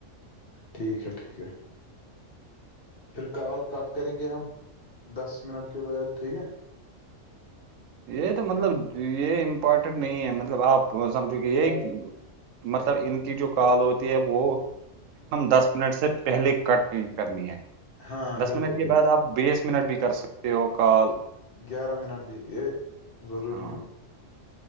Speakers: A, on the left (about 50°); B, on the right (about 80°).
A: ٹھیک ہے ٹھیک ہے پھر کال کٹ کریں گے ہم دس منٹ کے بعد ٹھیک ہے
B: یہ تو مطلب یہ امپورٹینٹ نہیں ہے مطلب آپ سمجھو کہ یہ
A: گیارہ
B: مطلب ان کی جو کال ہوتی ہے وہ دس منٹ سے پہلے کٹ نہیں کرنی ہے
A: ہاں
B: دس
A: بالکل
B: منٹ کے
A: بالکل
B: بعد آپ بیس منٹ بھی کر سکتے ہو کال
A: گیارہ منٹ بھی یہ ضروری
B: ہاں
A: نہیں ہے